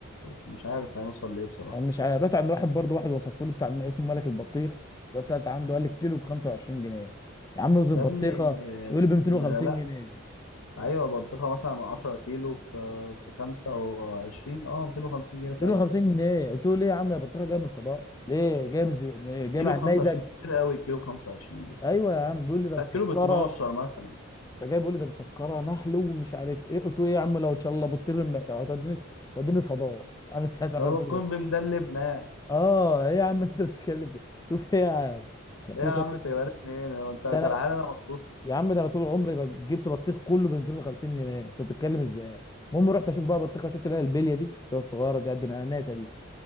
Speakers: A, on the left (about 85°); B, on the left (about 15°).
A: ومش عارف هنوصل لايه بصراحه
B: انا مش عارف رحت عند واحد برضه واحد وصفه لي بتاع اسمه ملك البطيخ رحت سالت عنده قال لي الكيلو ب 25 جنيه يا عم رز البطيخه
A: يا ابني
B: يقول لي ب 250
A: الغلاء
B: جنيه
A: ايوه بطيخه مثلا 10 كيلو في في 25 اه 250 جنيه
B: 250
A: فعلا
B: جنيه قلت له ليه يا عم يا بطيخه جايه من الفضاء ليه جايه من الز- جايه
A: كيلو
B: مع
A: ب
B: النيزك
A: 25 كتير قوي الكيلو ب 25 دي
B: ايوه يا عم بيقول لي ده
A: لا
B: مسكره
A: كيلو ب 12 مثلا
B: ده جاي بيقول لي ده مسكره نحل ومش عارف ايه قلت له ايه يا عم لو ان شاء الله بتطير الم... هتوديني توديني الفضاء انا مش عارف افهم
A: يلا
B: بتقول
A: تكون
B: إيه.
A: بمدلبنا ايه
B: اه ايه يا عم انت بتتكلم في تقول ايه يا عم انا
A: يا
B: بتقول
A: عم
B: 50
A: انت جايبها لي منين هو انت
B: ده
A: زرعها
B: انا
A: لي انا مخصوص
B: يا عم ده انا طول عمري بج- جبت بطيخ كله ب 250 جنيه انت بتتكلم ازاي المهم رحت اشوف بقى بطيخه شفت اللي هي البليه دي بتبقى الصغيره دي قد الاناناسه دي